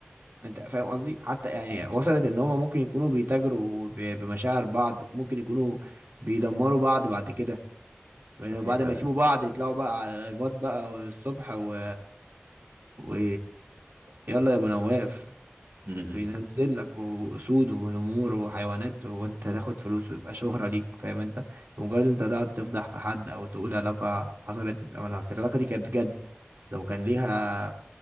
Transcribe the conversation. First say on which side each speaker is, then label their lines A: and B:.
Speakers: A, on the right; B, on the right.
A: انت فاهم قصدي حتى يعني وصلت ان هما ممكن يكونوا بيتاجروا ب- بمشاعر بعض ممكن يكونوا بيدمروا بعض بعد كده يعني
B: صحيح
A: بعد
B: فعلا
A: ما يسيبوا بعض يطلعوا بقى على لايفات بقى الصبح و... و... يلا يا ابو نواف
B: مهم.
A: وينزل لك واسود ونمور وحيوانات وانت تاخد فلوس ويبقى شهرة ليك فاهم انت بمجرد انت تقعد تفضح في حد او تقول علاقة حصلت العلاقة العلاقة دي كانت جد لو كان ليها